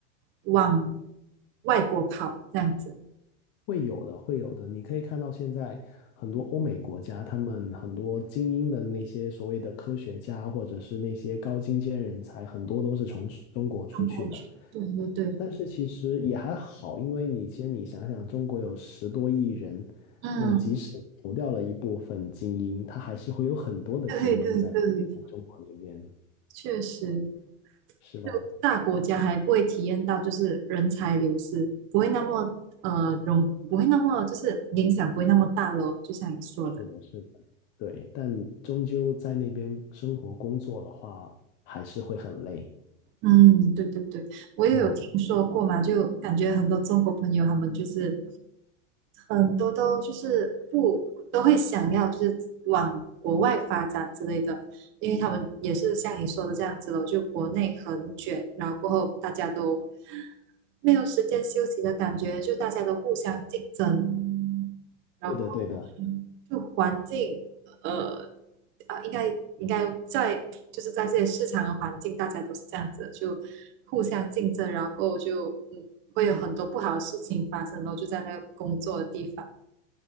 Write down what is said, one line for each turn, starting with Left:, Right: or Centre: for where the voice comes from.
Right: 往外国跑这样子。
Left: 会有的，会有的。你可以看到现在很多欧美国家，他们很多精英的那些所谓的科学家，或者是那些高精尖人才，很多都是从中国出去的。
Right: 看过去，对对对，
Left: 但是其实也还好，因为你先你想想，中国有十多亿人，
Right: 嗯，
Left: 那即使除掉了一部分精英，他还是会有很多的精英在在中国那边，
Right: 对对对，确实，
Left: 是吧？
Right: 就大国家还不会体验到就是人才流失，不会那么呃容，不会那么就是影响不会那么大咯，就像你说的。
Left: 是的，是的。对，但终究在那边生活工作的话，还是会很累。
Right: 嗯，对对对，我也有听说过嘛，
Left: 嗯。
Right: 就感觉很多中国朋友他们就是很多都就是不都会想要就是往国外发展之类的，因为他们也是像你说的这样子咯，就国内很卷，然后过后大家都没有时间休息的感觉，就大家都互相竞争，然后。
Left: 对的，对的，
Right: 就环境，呃，啊，应该应该在就是在这些市场的环境，大家都是这样子的就互相竞争，然后就嗯，会有很多不好的事情发生，然后就在那个工作的地方